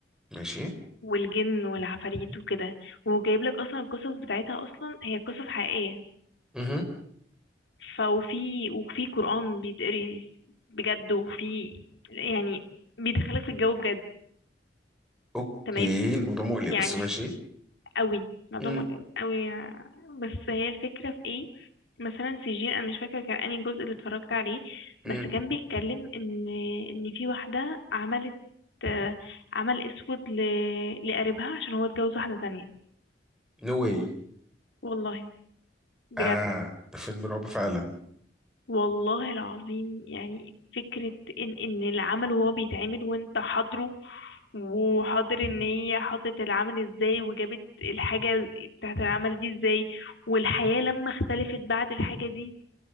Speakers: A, in the centre; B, on the left (about 80°).
A: ماشي
B: والجن والعفاريت وكده وجايب لك اصلا القصص بتاعتها اصلا هي قصص حقيقية
A: امم
B: فوفي وفي قرآن بيتقري بجد وفي يعني بيدخلك في الجو بجد
A: اوكي
B: تمام
A: الموضوع مقلق
B: يعني
A: بس ماشي
B: قوي الموضوع
A: امم
B: مج- قوي بس هي الفكرة في ايه مثلا سجين انا مش فاكرة كان انهي جزء اللي اتفرجت عليه
A: امم
B: بس كان بيتكلم ان ان في واحدة عملت آه، عمل اسود ل... لقريبها عشان هو اتجوز واحدة تانية
A: نو واي
B: والله بجد
A: اه ده فيلم رعب فعلا
B: والله العظيم يعني فكرة ان ان العمل وهو بيتعمل وانت حاضره وحاضر ان هي حطت العمل ازاي وجابت الحاجة بتاعت العمل دي ازاي والحياة لما اختلفت بعد الحاجة دي